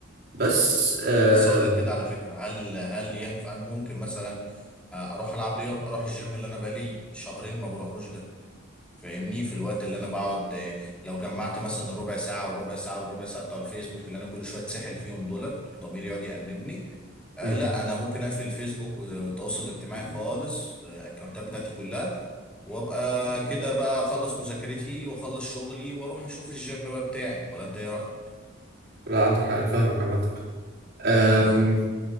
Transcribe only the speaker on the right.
بس آم،
مم.
لا عندك حق انا فاهمك عامه أم،